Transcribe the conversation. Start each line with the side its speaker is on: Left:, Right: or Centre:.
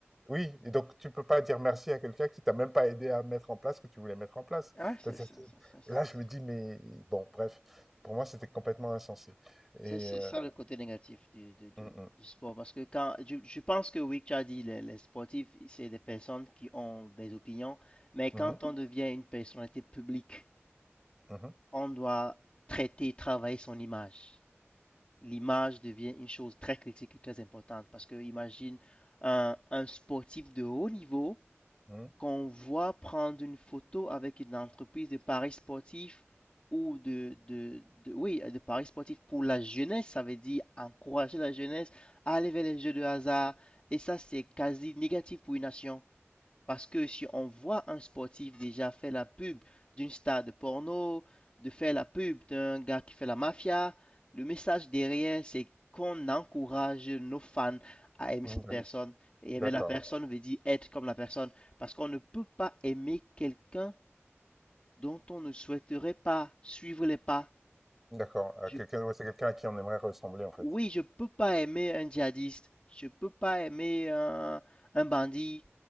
Centre: oui, et donc tu peux pas dire merci à quelqu'un qui t'a même pas aidé à mettre en place ce que tu voulais mettre en place.
Left: Ouais, c'est
Centre: C'est-à-dire
Left: ça.
Centre: que-
Left: ça, ça, ça,
Centre: Et là, je
Left: ça.
Centre: me dis, mais bon, bref, pour moi, c'était complètement insensé. Et
Left: C'est c'est
Centre: euh,
Left: ça le côté négatif du, du, du,
Centre: mm, mm,
Left: du sport. Parce que quand je, je, pense que oui, tu as dit, les, les sportifs, c'est des personnes qui ont des opinions. Mais
Centre: mhm,
Left: quand on devient une personnalité publique,
Centre: mhm,
Left: on doit traiter, travailler son image. L'image devient une chose très critique et très importante parce que imagine un, un sportif de haut niveau
Centre: mhm,
Left: qu'on voit prendre une photo avec une entreprise de paris sportifs ou de, de, de- oui, de paris sportifs pour la jeunesse, ça veut dire encourager la jeunesse à aller vers les jeux de hasard. Et ça, c'est quasi négatif pour une nation. Parce que si on voit un sportif déjà faire la pub d'une star de porno, de faire la pub d'un gars qui fait la mafia, le message derrière, c'est qu'on encourage nos fans à aimer
Centre: mhm,
Left: cette
Centre: d'ac-
Left: personne. Et aimer
Centre: d'accord,
Left: la personne veut dire être comme la personne. Parce qu'on ne peut pas aimer quelqu'un dont on ne souhaiterait pas suivre les pas.
Centre: d'accord. Euh,
Left: Je
Centre: quelqu'un, ouais, c'est quelqu'un à qui on aimerait ressembler, en fait.
Left: Oui, je peux pas aimer un djihadiste, je peux pas aimer un, un bandit,